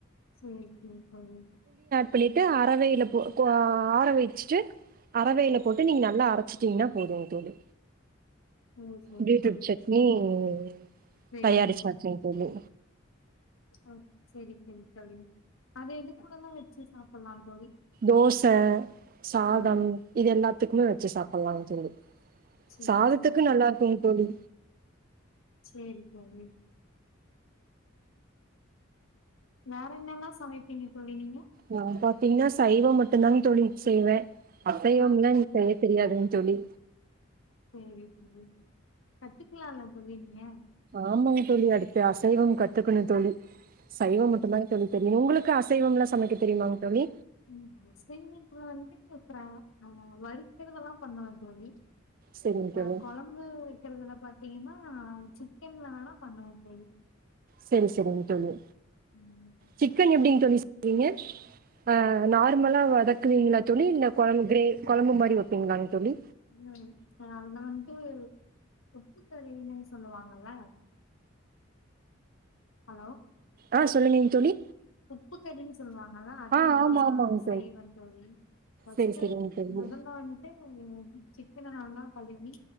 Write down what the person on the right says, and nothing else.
ப்ளிட்டு அரவையில போ கோ ஆ ஆற வச்சுட்டு அரவையில போட்டு நீங்க நல்லா அரச்சிட்டிங்னா போதும் தோழி
பீட்ரூட்
சட்னி சேரி
தயாரிச்சாசுங்க
தோழி
தோச சாதம்
இது எல்லாத்துக்குமே
வெச்சு சாப்புட்லா தோழி
சாதத்துக்கு
நல்லா இருக்குங் தோழி
நா பாத்தீங்னா சைவ மட்டும்தாங் தோழி செய்வே அசைவம்லா
எனக்கு செய்யத் தெரியாதுங் தோழி
ஆமாங் தோழி அடுத்து அசைவம் கத்துக்கணு தோழி சைவம் மட்டுந்தாங் தோழி தெரியு உங்களுக்கு அசைவம்லா சமைக்க தெரியுமாங் தோழி
செரிங்
தோழி
செரி செரிங் தோழி
சிக்கன் எப்டி தோழி செய்விங்க ஆ நார்மலா வதக்குவிங்ளா தோழி இல்ல கொழம்பு க்ரே கொழம்பு மாரி வெப்பிங்ளாங் தோழி
ஆ சொல்லுங்க நீங் தோழி
ஆ
ஆமா ஆமாங்
செரி செரிங் தோழி